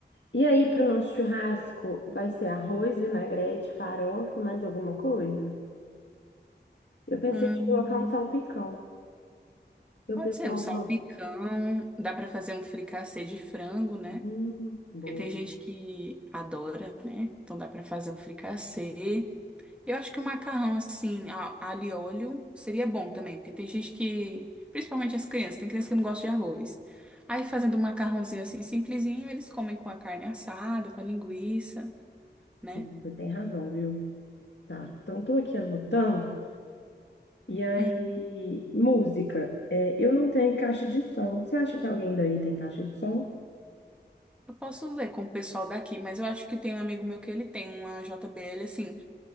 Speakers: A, on the left (about 75°); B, in the centre.
A: E aí, para o nosso churrasco, vai ser arroz, vinagrete, farofa, mais alguma coisa? Eu pensei
B: Hum,
A: de colocar um salpicão, que o
B: pode
A: pessoal
B: ser um salpicão,
A: gosta.
B: dá para fazer um fricassê de frango, né?
A: Hum, boa.
B: Porque tem gente que adora, né? Então dá para fazer um fricassê. Eu acho que o macarrão, assim, a- alho e óleo, seria bom também, porque tem gente que, principalmente as crianças, tem criança que não gosta de arroz. Aí fazendo um macarrãozinho assim, simplesinho, eles comem com a carne assada, com a linguiça, né?
A: Você tem razão, viu? Tá. Então, tô aqui anotando. E aí,
B: Hum.
A: música. É, eu não tenho caixa de som. Você acha que alguém daí tem caixa de som?
B: Eu posso ver com o pessoal daqui, mas eu acho que tem um amigo meu que ele tem uma JBL, assim.